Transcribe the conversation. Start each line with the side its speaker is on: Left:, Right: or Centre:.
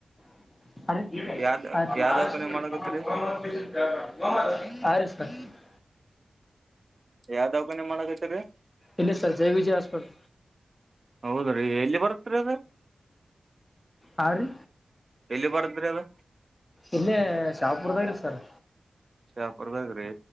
Left: <unintelligible>
Right: ಯಾವ್ದ
Left: <unintelligible>
Right: ಯಾವ ದವಾಖಾನೆ ಮಾಡಕತ್ತೀರಿ
Left: <unintelligible> <unintelligible>
Right: ಯಾವ್ದಾವ್ಖಾನಿ ಮಾಡಕತ್ರಿ?
Left: ಎಲ್ಲಿ ಸರ್ಜಾವಿಜಯಾ ಆಸ್ಪಟಲ್
Right: ಹೌದ್ರಿ ಎಲ್ಲಿ ಬರುತ್ರಿ ಅದು
Left: ಹಾಂ ರೀ
Right: ಎಲ್ಲಿ ಬರತ್ರಿ ಅದು?
Left: ಇಲ್ಲೇ ಶಾಪುರಾದಾಗೆ ಸರ್
Right: ಶಾಪುರದಾಗ್ರೀ